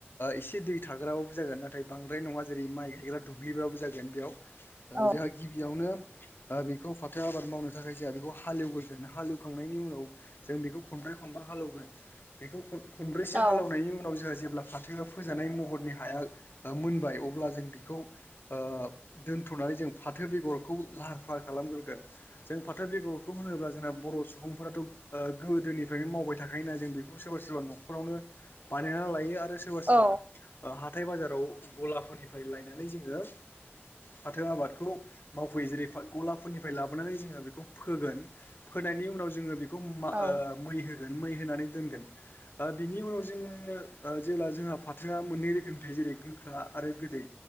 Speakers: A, on the left; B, on the right.
A: एसे दै थाग्राबाबो जागोन नाथाय बांद्राय नङा जेरै माइ गायग्रा दुब्लिबाबो जागोन बेयाव ओ
B: औ
A: जोंहा गिबियावनो ओ बेखौ फाथो आबाद मावनो थाखाय जोंहा बेखौ हालेवग्रगोन हालेवखांनायनि उनाव जों बेखौ खनब्रै खनबै हालौगोन बेखौ खन- खनब्रैसो
B: औ
A: हालेनायनि उनाव जोंहा जेब्ला फाथोआ फोजानाय महरनि हाया मोनबाय अब्ला जों बेखौ ओ दोनथ'नानै जों फाथो बेगरखौ लाहार फाहार खालामग्रोगोन जों फाथो बेगरखौ होनोब्ला जोंना बर' सुबुंफोराथ' ओ गोदोनिफ्रायनो मावबाय था खायोना जों बेखौ सोरबा सोरबा न'खरावनो बानायनानै लायो आरो सोरबा सोरबा
B: औ
A: ओ हाथाय बाजाराव गलाफोरनिफ्राय लायनानै जोङो फाथो आबादखौ मावफैयो जेरै गलाफोरनिफ्राय लाबोनानै जोङो बेखौ फोगोन फोनाय नि उनाव जोङो बेखौ ओ
B: औ
A: मै होगोन मै होनानै दोनगोन ओ बिनि उनाव जोङो ओ जेब्ला जोंहा फाथोआ मोननै रोखोमनि थायो जेरै गोखा आरो गोदै।